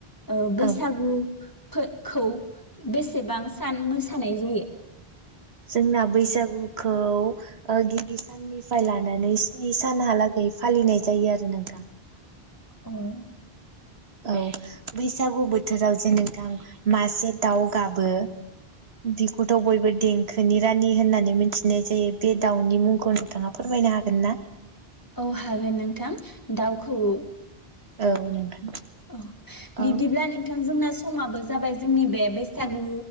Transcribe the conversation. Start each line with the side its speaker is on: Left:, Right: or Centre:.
Left: ओ बैसागु
Right: औ
Left: खो-खौ बेसेबां सान मोसानाय जायो
Right: जोंना बैसागुखौ ओ गिबि साननिफ्राय लानानै स्नि सानहालागै फालिनाय जायो आरो नोंथां
Left: उम
Right: औ बैसागु बोथोराव जे नोंथां मासे दाउ गाबो बेखौथ' बयबो देंखोनि रानि होननानै मिथिनाय जायो बे दाउनि मुंखौ नोंथाङा फोरमायनो हागोन ना
Left: औ हागोन नोंथां दाउ खौऔ
Right: औ नोंथां
Left: अ
Right: औ
Left: बिब्दिब्ला नोंथां जोंना समाबो जाबाय जोंनि बे बैसागु